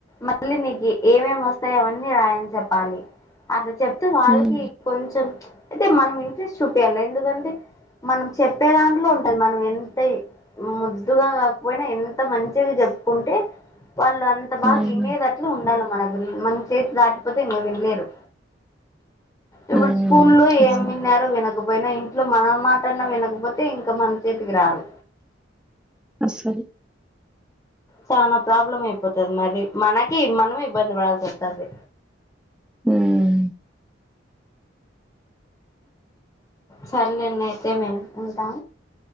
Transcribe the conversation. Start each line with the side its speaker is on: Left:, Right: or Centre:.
Left: మళ్ళీ నీకు ఏమేమి వస్తాయొ అవన్నీ రాయని చెప్పాలి అట్లా చెప్తే వాళ్ళకి
Centre: హ్మ్.
Left: కొంచెం అయితే మనం ఇంట్రెస్ట్ చూపించాలి ఎందుకంటే మనం చెప్పే దాంట్లో ఉంటది మనం ఎంత ముద్దుగా కాకపోయినా ఎంత మంచిగా చెప్పుకుంటే వాళ్ళు అంత బాగా
Centre: హ్మ్.
Left: వినేేదట్లు ఉండాలే మనా పిల్ మన చేతి దాటిపోతే ఇంగ వినలేరు ఏ
Centre: హ్మ్.
Left: వాడు స్కూళ్ళో
Centre: అసలు
Left: ఎం విన్నడ్ వినకపోయినా ఇంట్లో మన మాట అన్నా వినకపోతే ఇంకా మన చేతికి రారు
Centre: అస్సలు
Left: చనా ప్రాబ్లం అయిపోతది మరి మనకి మనమే ఇబ్బంది పడాల్సి వస్తది
Centre: మ్
Left: సర్లేండి అయితే నిను ఉంటా